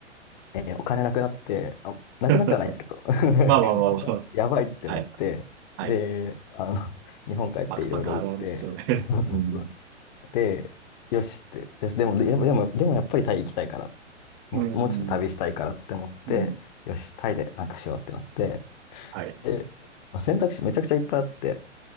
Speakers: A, on the left (about 40°); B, on the right (about 20°).
A: えーお金なくなって、あ、
B: <laughs>
A: なくなってはないんですけど、
B: ま
A: <laughs>
B: あまあまあまあ。
A: お金やばいってなって、
B: はい。はい。
A: で、あの、日本帰っていろいろ売って、
B: バックパックあるあるっすよね。
A: <laughs>
B: <laughs> うん。
A: で、よしって、よし、でも、ででも、でも、でもやっぱりタイ行きたいから、もう、
B: うん。
A: もうちょっと旅したいからって思って、
B: うん。
A: よし、タイでなんかしようってなって、
B: はい。
A: で、まあ、選択肢めちゃくちゃいっぱいあって、